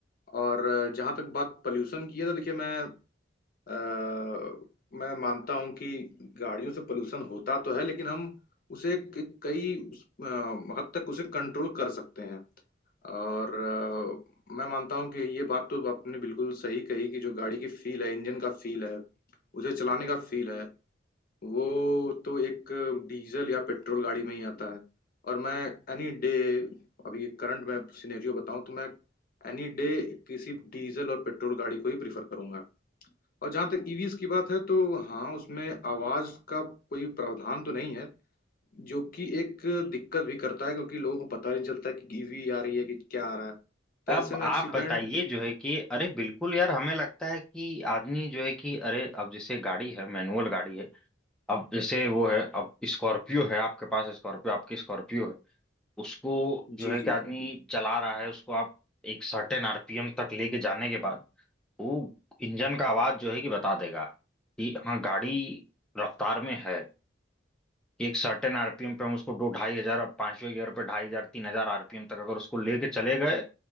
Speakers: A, on the left; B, in the centre.
A: और जहां तक बात पोल्यूशन की है तो देखिए मैं अ, मैं मानता हूं कि गाड़ियों से पोल्यूशन होता तो है लेकिन हम उसे क- कई उस, अ, हद तक उसे कंट्रोल कर सकते हैं और अ, मैं मानता हूं कि ये बात तो आपने बिल्कुल सही कही कि जो गाड़ी की फील है इंजन का फील है उसे चलाने का फील है वो तो एक डीजल या पेट्रोल गाड़ी में ही आता है और मैं एनी डे अभी करंट में सिनेरियो बताऊं तो मैं एनी डे किसी डीजल और पेट्रोल गाड़ी को ही प्रीफर करूंगा और जहां तक ईवीएस की बात है तो हाँ उसमें आवाज का कोई प्रावधान तो नहीं है जो कि एक दिक्कत भी करता है क्योंकि लोगों को पता नहीं चलता कि ईवी आ रही है कि क्या आ रहा है तो
B: अब
A: ऐसे में
B: आप
A: एक्सीडेंट
B: बताइए जो है कि अरे बिल्कुल यार हमें लगता है कि आदमी जो है कि अरे अब जैसे गाड़ी है मैनुअल गाड़ी है अब जैसे वो है अब स्कॉर्पियो है आपके पास स्कॉर्पियो आपकी स्कॉर्पियो है उसको जो
A: जी
B: है कि
A: जी
B: आदमी चला रहा है उसको आप एक सर्टेन आरपीएम तक लेके जाने के बाद वो इंजन का आवाज जो है कि बता देगा कि हाँ गाड़ी रफ्तार में है कि एक सर्टेन आरपीएम पे हम उसको दो ढाई हजार पांचवें गियर पे ढाई हजार तीन हजार आरपीएम तक अगर उसको लेके चले गए